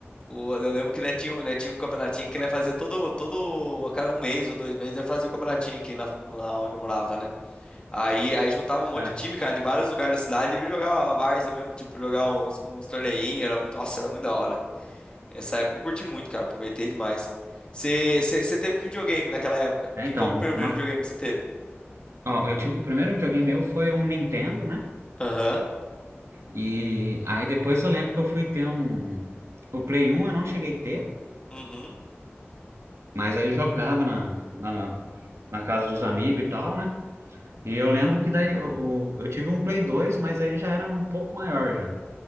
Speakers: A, on the left; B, on the right.
A: o, eu lembro que né, tinha, um- né, tinha um campeonatinho que né, fazia todo, todo, a cada um mês ou dois meses, né, fazia o campeonatinho aqui na, lá onde eu morava, né? Aí, aí juntava um monte
B: É,
A: de time, cara, de vários lugares da cidade e jogava a várzea mesmo, tipo, jogar uns, uns torneinhos, era muito, nossa, era muito da hora. Essa época eu curti muito, cara, aproveitei demais. Você teve que videogame naquela época?
B: É,
A: Que,
B: então,
A: qual que foi o primeiro
B: uma,
A: videogame que você teve?
B: ó, eu tive, o primeiro videogame meu foi um Nintendo, né?
A: Aham.
B: E aí depois eu lembro que eu fui ter um. O Play 1 eu não cheguei a ter,
A: Uhum.
B: Mas aí eu jogava na, na, na casa dos amigos e tal, né? E eu lembro que daí eu, eu tive um Play dois, mas aí já era um pouco maior já.